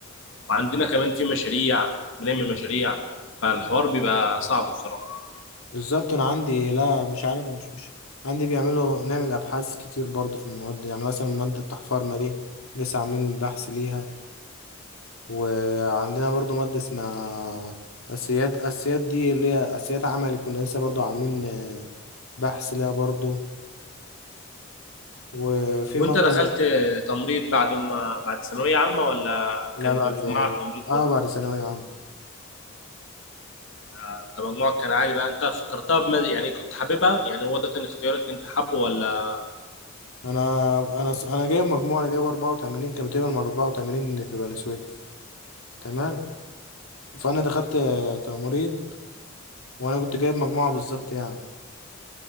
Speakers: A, on the left (about 60°); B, on the left (about 85°).
A: وعندنا كمان في مشاريع بنعمل مشاريع فالحوار بيبقى صعب بصراحه
B: بالظبط أنا عندي لا مش عارف مش مش عندي بيعملوا نعمل أبحاث كتير برضو في المواد يعني مثلا مادة التحفار ما دي لسه عاملين بحث ليها وعندنا برضو مادة اسمها أسياد أسياد دي اللي هي أسياد عملي كنا لسه برضو عاملين آه، بحث ليها برضو وفي
A: طب وانت
B: مادة
A: دخلت تمريض بعد ما بعد ثانويه عامه ولا
B: لا
A: كنت
B: بعد
A: في معهد تمريض
B: اه
A: برضه
B: بعد ثانوية عامة
A: انت مجموعك كان عالي بقى انت اخترتها بمز... يعني كنت حاببها يعني هو ده كان اختيارك انت حابه ولا
B: أنا أنا أنا جايب مجموعة أنا جايب 84 كان بتقبل من 84 في بني سويف تمام فأنا دخلت آه، تمريض وأنا كنت جايب مجموعة بالظبط يعني